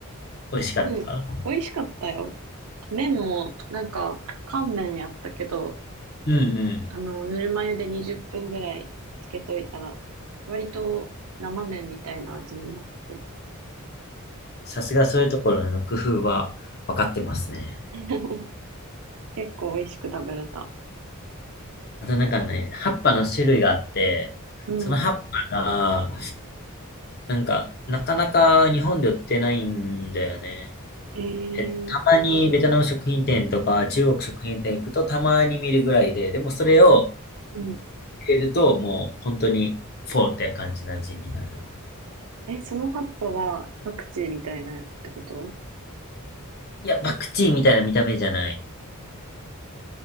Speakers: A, on the left; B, on the right.
A: 美味しかった
B: うん、美味しかったよ。麺も、なんか、乾麺やったけど、
A: うんうん。
B: あの、ぬるま湯で20分ぐらいつけといたら、割と生麺みたいな味になって、
A: さすがそういうところの工夫は分かってますね。
B: <laughs> 結構美味しく食べれた。
A: あとなんかね、葉っぱの種類があって、
B: うん。
A: その葉っぱが、なんか、なかなか日本で売ってないんだよね。
B: へえ、
A: え、たまにベトナム食品店とか中国食品店行くとたまに見るぐらいで、でもそれを
B: うん。
A: 入れると、もう本当にフォーって感じな味になる。
B: え、その葉っぱはパクチーみたいなやつってこと
A: いや、パクチーみたいな見た目じゃない。